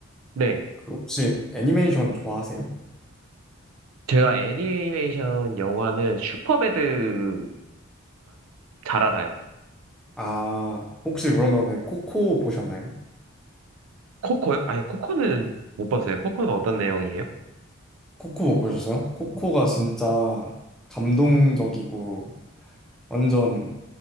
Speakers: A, on the right (about 80°); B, in the centre.
A: 네.
B: 그 혹시 애니메이션 좋아하세요?
A: 제가 애니메이션 영화는 슈퍼배드만 잘 알아요.
B: 아, 혹시 그러면은 코코 보셨나요?
A: 코코요? 아니, 코코는 못 봤어요. 코코는 어떤 내용이에요?
B: 코코 못 보셨어요? 코코가 진짜 감동적이고, 완전